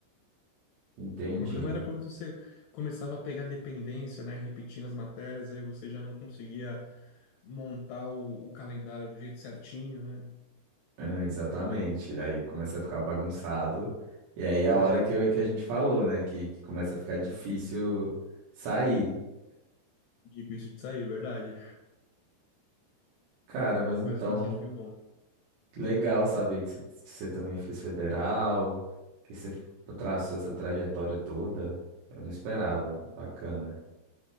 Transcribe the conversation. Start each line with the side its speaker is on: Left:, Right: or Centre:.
Right: Entendi.
Left: O problema era quando você começava a pegar dependência, né? Repetindo as matérias, aí você já não conseguia montar o, o calendário do jeito certinho, né?
Right: Ah, exatamente. Aí começa a ficar bagunçado. E aí é a
Left: É,
Right: hora que, eu- que a gente falou, né? Que, que começa a ficar difícil sair.
Left: difícil de sair, verdade.
Right: Cara, mas então.
Left: Mas é um desafio bom.
Right: Legal saber que você, que você também fez federal, que você traçou essa trajetória toda. Eu não esperava. Bacana.